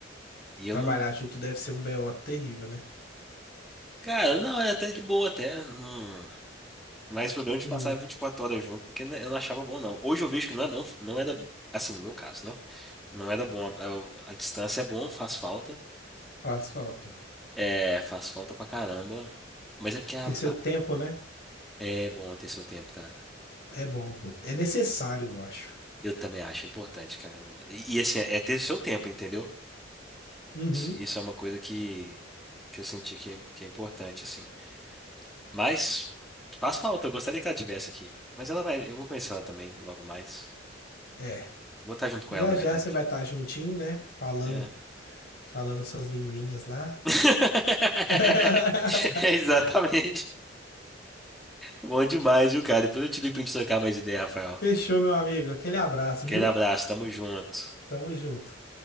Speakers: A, in the centre; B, on the left.
A: E eu
B: Trabalhar
A: não.
B: junto deve ser um BO terrível, né?
A: Cara, não, é até de boa, até. Não, mas o problema é de
B: Hum,
A: passar 24 horas junto, porque né, eu não achava bom, não. Hoje eu vejo que não, é, não, não era. Assim, no meu caso, né? Não era bom. A, eu- a distância é bom, faz falta.
B: faz falta.
A: É, faz falta pra caramba. Mas é porque a-
B: Ter seu
A: a-
B: tempo, né?
A: é bom ter seu tempo, cara.
B: É bom, pô. É necessário, eu acho.
A: Eu também acho importante, cara. E, e, assim, é ter seu tempo, entendeu?
B: Uhum,
A: Isso, isso é uma coisa que, que eu senti que é, que é importante, assim. Mas faz falta, eu gostaria que ela tivesse aqui. Mas ela vai, eu vou conhecer ela também logo mais.
B: é.
A: Vou estar junto com
B: Já
A: ela, na verdade.
B: já você vai estar juntinho, né? Falando,
A: É.
B: falando suas linguinhas lá.
A: <laughs>
B: <laughs>
A: É, Exatamente. Bom demais, viu, cara? Depois eu te ligo pra gente trocar mais ideia, Rafael.
B: Fechou, meu amigo. Aquele abraço,
A: Aquele
B: viu?
A: abraço, tamo junto.
B: Tamo junto.